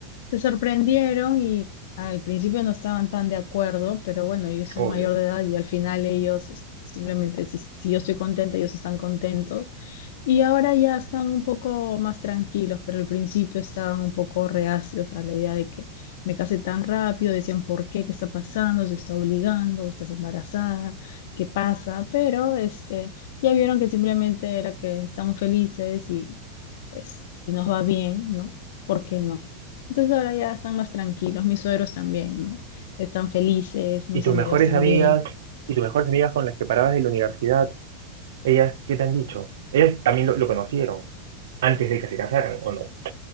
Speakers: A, on the left (about 70°); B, on the right (about 80°).
A: se sorprendieron y al principio no estaban tan de acuerdo, pero bueno, yo soy
B: Obvio.
A: mayor de edad y al final ellos es- simplemente, si, si yo estoy contenta, ellos están contentos. Y ahora ya están un poco más tranquilos, pero al principio estaban un poco reacios a la idea de que me case tan rápido, decían, ¿por qué? ¿Qué está pasando? ¿Se está obligando? ¿Estás embarazada? ¿Qué pasa? Pero este, ya vieron que simplemente era que estamos felices pues si nos va bien, ¿no? ¿Por qué no? Entonces ahora ya están más tranquilos, mis suegros también, ¿no? Están felices, mis
B: ¿Y tus
A: amigos
B: mejores
A: también.
B: amigas? ¿Y tus mejores amigas con las que parabas de la universidad? ¿Ellas qué te han dicho? ¿Ellas también lo, lo conocieron antes de que se casaran o no?